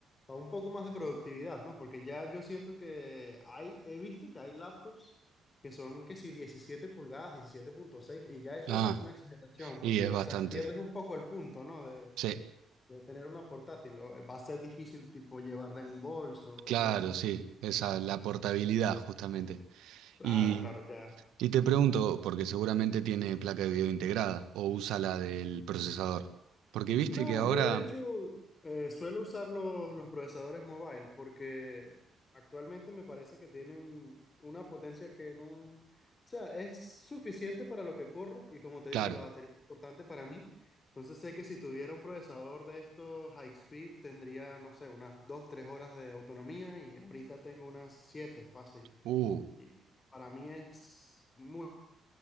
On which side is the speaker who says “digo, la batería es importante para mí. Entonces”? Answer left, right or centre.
Left